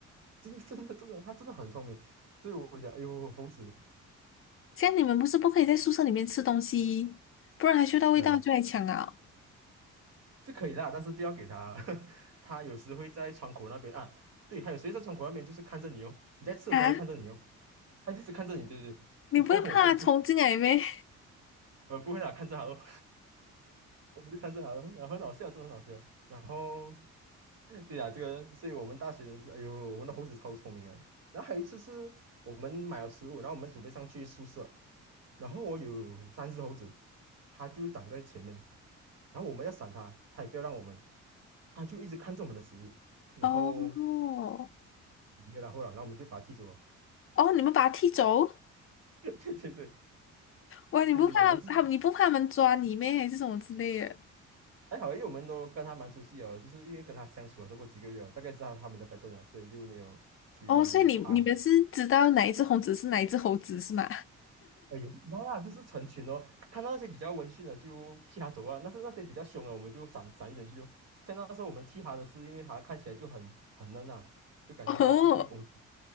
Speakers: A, on the right; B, on the left.
A: 真的真的真的他真的很聪明，所以我讲，哎呦，猴子。
B: 像你们不是不可以在宿舍里面吃东西，不然它嗅到味道就来抢啊！
A: 呃，是可以的啊但是不要给他，<laughs> 他有时会在窗口那边啊，对，还有谁在窗口那边就是看着你哦，你在吃的时候他就看着你哦，
B: <laughs> 啊，
A: 他一直看着你，对对对，<laughs>
B: 你不会怕虫进来咩？
A: 然后我们就呃不会啦，看着他哦我们就看这好了，然后很好笑，真的很好笑。然后，对呀、这个，所以我们大学生是，哎呦，我们的猴子超聪明啊。然后还有一次是我们买了食物，然后我们准备上去宿舍，然后我有三只猴子，它就挡在前面，然后我们要闪它，它也不要让我们，它就一直看着我们的食物，然后
B: <laughs> 哦，
A: 没有然后了，然后我们就把它踢走了。
B: 哦，你们把他踢走？
A: <laughs> 对对对
B: 哇，你不怕他们你不怕他们抓你咩？
A: 对对，我们是。
B: 还是什么之类的？
A: 还好，因为我们都跟他蛮熟悉哦，就是因为跟他相处了这么几个月哦大概知道他们的 p a 了，所以就没有去怕。
B: 哦，所以你你们是知道哪一只猴子是哪一只猴子是吗？
A: 哎呦，那啦，就是成群哦，看到那些比较温驯的就替他走啊，那是那些比较凶的我们就闪闪一边去就。像那时候我们替他的是，因为他看起来就很很嫩啊，就感觉他是不会攻击。
B: <laughs> 哦，